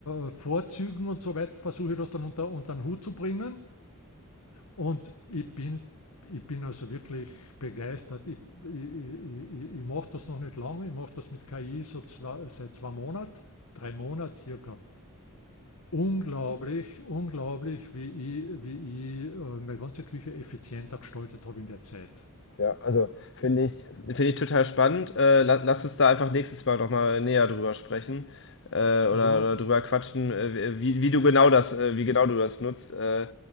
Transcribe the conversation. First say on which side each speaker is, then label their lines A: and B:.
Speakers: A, on the left (about 85°); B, on the left (about 55°).
A: äh, Vorzügen und so weiter versuche ich das dann unter, unter den Hut zu bringen. Und ich bin, ich bin also wirklich begeistert. Ich, ich, ich, ich mache das noch nicht lange, ich mache das mit KI so zwei, seit zwei Monaten, drei Monaten circa. Unglaublich, unglaublich, wie ich, wie ich äh, meine ganze Küche effizienter gestaltet habe in der Zeit.
B: Ja, also finde ich, Finde ich total spannend. Äh, la lass uns da einfach nächstes Mal nochmal näher drüber sprechen äh, oder,
A: Ja,
B: oder drüber quatschen, äh, wie, wie du genau das, äh, wie genau du das nutzt. Äh,